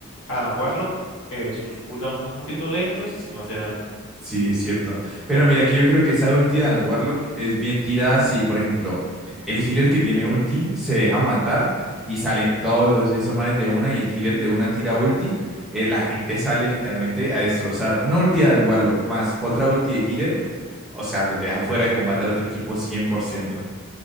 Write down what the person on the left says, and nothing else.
Adam Warlock, eh, sus cooldowns son un poquito lentos si no hace daño.